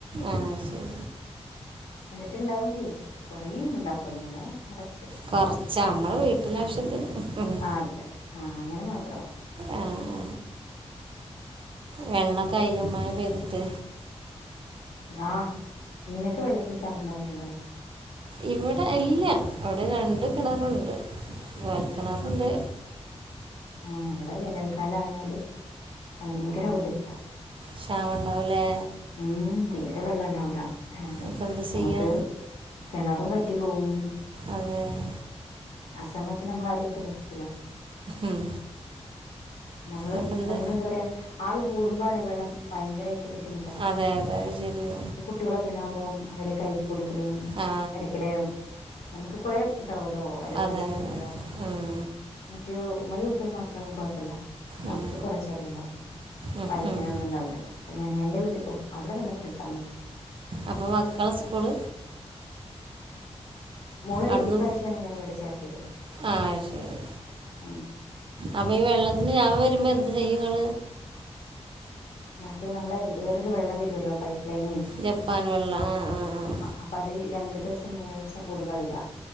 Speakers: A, on the right; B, on the left.
A: ആഹ് ശരി.
B: എന്നിട്ട്ണ്ടാവും ചെയ്യും കൊറേയൊന്നും ഉണ്ടാക്കൊന്നില്ലെ കൊറച്ച്.
A: കൊറച്ച് നമ്മളെ വീട്ടിലാവശ്യത്തിന്.
B: ആഹ്
A: ഉംഹുംഹും.
B: അതെ ആഹ് അങ്ങനെ മാത്രമാണ്.
A: ആഹ്. വെള്ളൊക്കെ ആയില്ലെ മയ പെയ്തിട്ട്?
B: ആഹ് നിങ്ങക്ക് വെള്ളത്തിന് ക്ഷാമം ണ്ടാവലുണ്ടോ?
A: ഇവടെ ഇല്ല അവിടെ രണ്ട് കിണറുണ്ട് കുയൽ കിണറൂണ്ട്.
B: ആഹ് ഇവടെ വേനൽക്കാലായാല് ഭയങ്കര ബുദ്ധിമുട്ടാ.
A: ക്ഷാമം ണ്ടാവുലേ.
B: ഉം തീരെ വെള്ളണ്ടാവൂല ഏട്
A: അപ്പം എന്ത്
B: നമുക്ക്
A: ചെയ്യാ
B: കെണറും വറ്റി പോവും.
A: അതെ <unintelligible>
B: ആ സമയത്ത് നമ്മളാരും ഇവിടെ നിക്കൂല.
A: ഉം.
B: നമ്മള്
A: അപ്പം എന്ത്
B: നമ്മള് എന്താ പറയാ ആൾ കൂടുമ്പോണ് വെളം ഭയങ്കര ബുദ്ധിമു
A: അതെ അതെ ശരിയ
B: കുട്ടികളൊക്കെ ഉണ്ടകുമ്പോം അവരെ കഴുകി കൊടുക്കലും
A: ആ
B: ഇടക്കിടെ നമുക്ക് കുറെേ ഉണ്ടാവല്ലോ ഒരേ
A: അതെ
B: ഡ്രസ്സ് തിരുമ്പ
A: അതെ ഉം,
B: മറ്റേ ഉമ്മയും ഉപ്പയും മാത്രം ആകുമ്പോ കുഴപ്പമില്ല അവർക്ക്
A: ഉം,
B: കുറച്ചല്ലേ ഉണ്ടാകൊള്ളു
A: ഉം,
B: വല്ല
A: ഉം.
B: ഇങ്ങനെ ഒന്നും ഉണ്ടാവില്ലല്ലോ അപ്പൊ ഞാൻ എന്റെ വീട്ടിൽ പോവും അവിടെ വെള്ളത്തിന് ക്ഷാമം ഇല്ല
A: അപ്പൊ മക്കളെ സ്കൂള്
B: മോളെ
A: അവിടുന്ന്
B: ഈ പ്രാവശ്യമാണ് ഞാൻ ഇവിടെ ചേർത്തിയത്
A: ആ ശരി
B: ഉം
A: അപ്പം ഈ വെള്ളത്തിന് ക്ഷാമം വരുമ്പോൾ എന്ത് ചെയ്യുംങ്ങൾ
B: മറ്റേ നമ്മളെ വേറൊരു വെള്ളം വരുമല്ലോ പൈപ്പ് ലൈന്
A: ജപ്പാൻ വെള്ളം ആ ആ ആഹ്
B: അപ്പൊ അത് രണ്ടു ദിവസം മൂന്ന് ദിവസം കൂടുമ്പ വരാ